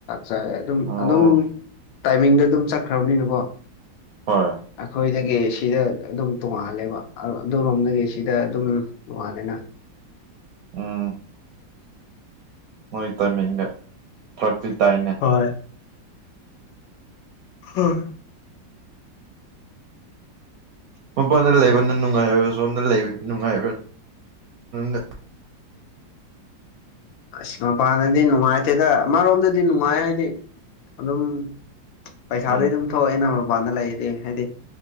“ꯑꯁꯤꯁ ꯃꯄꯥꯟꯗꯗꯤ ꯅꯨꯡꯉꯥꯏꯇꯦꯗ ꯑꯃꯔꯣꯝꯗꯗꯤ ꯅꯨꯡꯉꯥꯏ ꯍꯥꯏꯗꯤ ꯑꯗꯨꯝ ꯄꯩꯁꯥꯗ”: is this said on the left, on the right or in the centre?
Left